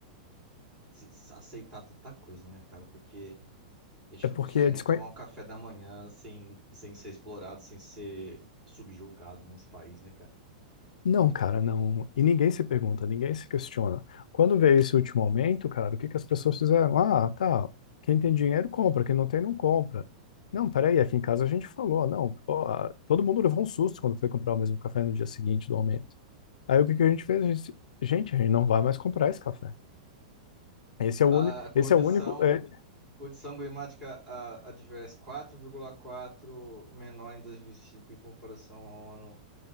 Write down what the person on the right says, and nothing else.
se- se aceitar tanta coisa, né, cara? Porque a gente
não
consegue
nem
tomar um café da manhã sem, sem ser explorado, sem ser subjugado nesse país, né, cara?
A
condição,
condição climática a- adversa quatro vírgula quatro menor em 2005 em comparação ao ano